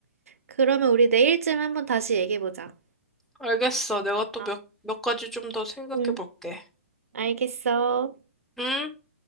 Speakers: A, on the right; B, in the centre.
A: 그러면 우리 내일쯤 한번 다시 얘기해보자.
B: 알겠어. 내가 또
A: 아,
B: 몇, 몇 가지 좀 더 생각해
A: 응,
B: 볼게.
A: 알겠어.
B: 응?